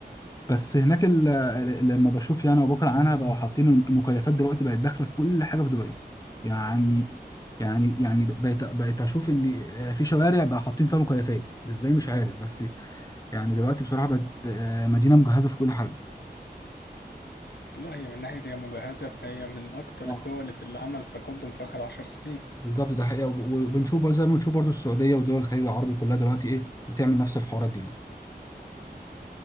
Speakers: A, on the left; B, on the left.
A: بس هناك ال- ال- لما بشوف يعني ابو بكر عنها بقوا حاطين المكيفات دلوقتي بقت داخله في كل حاجه في دبي يعني يعني يعني بقيت بقيت اشوف ان في شوارع بقى حاطين فيها مكيفات ازاي مش عارف بس يعني دلوقتي بصراحه بقت آه، مدينه مجهزه في كل حاجه
B: لا هي من ناحية هي مجهزة فهي من أكتر
A: اه
B: الدول اللي عمل تقدم في آخر عشر سنين
A: بالظبط ده حقيقه وب- وبنشوف بقى زي ما بنشوف برضو السعوديه ودول الخليج العربي كلها دلوقتي ايه بتعمل نفس الحوارات دي يعني